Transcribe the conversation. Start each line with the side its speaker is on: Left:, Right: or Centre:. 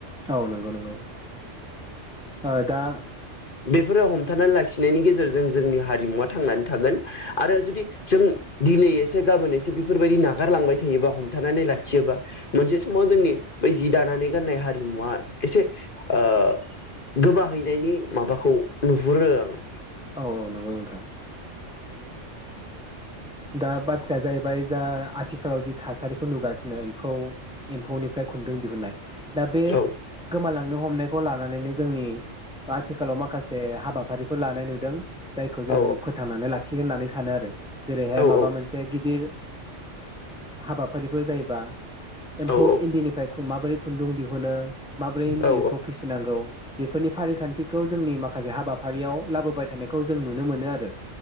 Centre: औ नंगौ नंगौ ओ दा
Left: फोरो हमथानानै लाखिनायनि गेजेरजों जोंनि हारिमुवा थांनानै थागोन आरो जुदि जों दिनै एसे गाबोन एसे बिफोरबायदि नागारलांबाय थायोबा हमथानानै लाखियोबा मोनसे समाव जोंनि बै जि दानानै गाननाय हारिमुवा एसे ओ गोबाहैनायनि माबाखौ नुहुरो आङो
Centre: औ औ नंगौ नोंथां दा बाथ्राया जाहैबाय जा आथिखालाव जि थासारिखौ नुगासिनो एम्फौ एम्फौनिफ्राय खुन्दुं दिहुुननाय दा बे
Left: औ
Centre: गोमालां नो हमनोलानानैनो जोंनि आथिालाव मा खासे हाबाफारिफोर लानाय नु दों जायखौ जों
Left: औ
Centre: फोथांनानै लाखि थिग होननानै सानो आरो जेरैहाय
Left: औ
Centre: माबा मोनसे गिदिर हाबाफारिफोर जायोबा एम्फौ
Left: औ
Centre: इन्दिनिफ्राय माबोरै खुन्दुं दिहुनो माब्रै इन्दि
Left: औ
Centre: एम्फौ फिसिनांगौ बेफोरनि फारिखान्थिखौ जोंनि माखा माखासे हाबाफारियाव लाबोबाय थानायखौ जों नुनो मोनो आरो